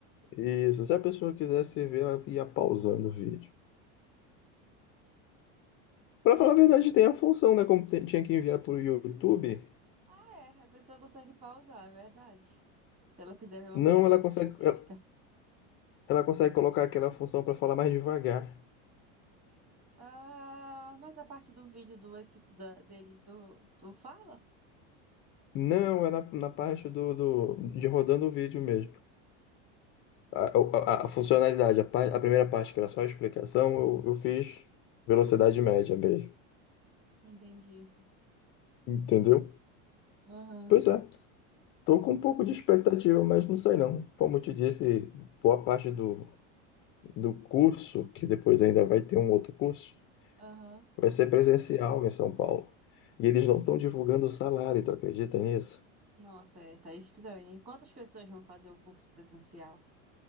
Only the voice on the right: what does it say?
Ah, é, a pessoa consegue pausar, é verdade. Se ela quiser ver uma
coisa mais
específica.
Ah, mas a parte do vídeo do equi- da- dele, tu, tu fala?
Entendi.
Aham,
aham.
Nossa, é, tá estranho, hein? Quantas pessoas vão fazer o curso presencial?